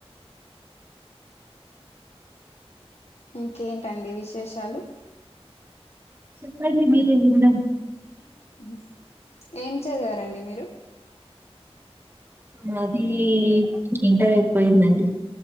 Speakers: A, on the left; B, on the right.
A: <unintelligible> ఇంకేంటండి విశేషాలు
B: చెప్పండి మీరే విందాం
A: హ్మ్ ఏం చదివారండి మీరు
B: నాది ఇంటర్ అయిపోయిందండి